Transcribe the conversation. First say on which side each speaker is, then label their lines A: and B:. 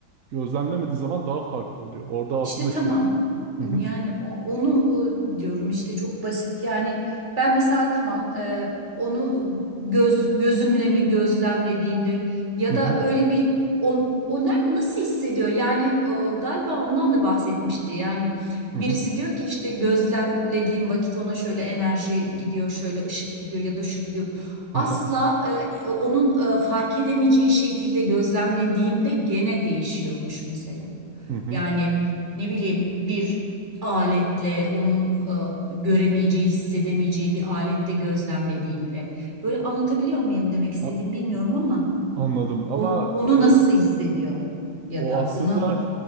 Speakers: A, on the right; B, on the right.
A: Gözlemlemediğin zaman daha farklı oluyor. Orada aslında
B: İşte tamam
A: şey. Hı
B: yani
A: hı
B: o- onu e, diyorum işte çok basit yani ben mesela tamam e, onu göz gözümle mi gözlemlediğimde ya
A: hı
B: da
A: hı
B: öyle bir on, o ne- nasıl hissediyor yani e, galiba ondan da bahsetmişti yani
A: hı
B: birisi diyor ki işte gözlemlediğim vakit ona şöyle enerji gidiyor şöyle ışık gidiyor ya da şu gidiyor asla
A: hı hı
B: e, onun e, fark edemeyeceği şekilde gözlemlediğimde gene değişiyormuş mesela.
A: hı hı.
B: Yani ne bileyim bir aletle onun e, göremeyeceği, hissedemeyeceği bir aletle gözlemlediğimde. Böyle anlatabiliyor muyum demek istediğimi
A: A-
B: bilmiyorum ama
A: anladım
B: on-
A: ama
B: onu
A: o
B: nasıl hissediyor ya
A: o
B: da
A: aslında
B: ona